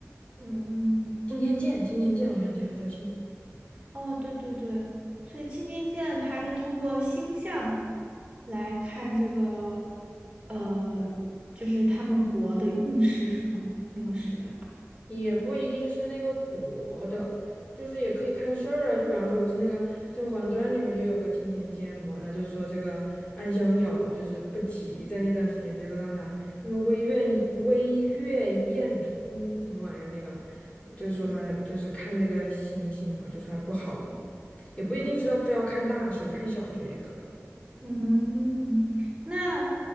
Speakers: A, on the right; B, on the left.
A: 嗯，嗯嗯
B: 青天剑，青天剑，我想起来了，叫青天
A: 哦，对对对，所以青天剑它是通过星象来看这个，呃，就是他们国的运势是吗？那个时代。
B: 也不一定是那个国的，就是也可以看事儿啊。就比方说，不是那个《甄嬛传》里面就有个青天剑嘛，他就说这个安小鸟就是不吉，在那段时间就让他什么微月微月宴冲什么玩意儿那个，就是说他就是看那个星星嘛，就说他不好嘛，也不一定是要非要看大事儿，看小事儿也可以。
A: 嗯，那